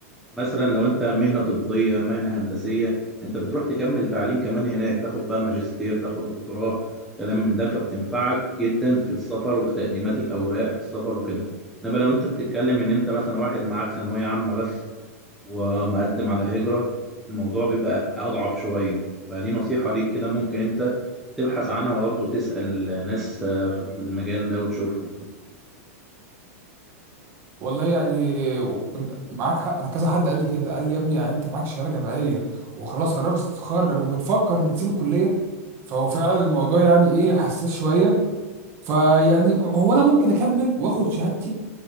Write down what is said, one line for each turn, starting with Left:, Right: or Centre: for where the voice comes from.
Centre: مثلا لو انت مهنة طبية مهنة هندسية انت بتروح تكمل تعليم كمان هناك تاخد بقى ماجستير تاخد دكتوراه كلام من ده فبتنفعك جدا في السفر وفي تقديمات الأوراق في السفر وكده انما لو انت بتتكلم ان انت مثلا واحد معاك ثانوية عامة بس ومقدم على هجرة الموضوع بيبقى أضعف شوية فدي نصيحة ليك كده ممكن انت تبحث عنها برضه وتسأل ناس آه، في المجال ده وتشوفهم كده
Right: والله يعني آه، معاك حق أنا كذا حد قال لي كده قال لي يا ابني يعني أنت معاك شهادة جامعية وخلاص قربت تتخرج وبتفكر إنك تسيب الكلية فهو فعلا الموضوع يعني إيه حساس شوية فيعني هو أنا ممكن أكمل وآخد شهادتي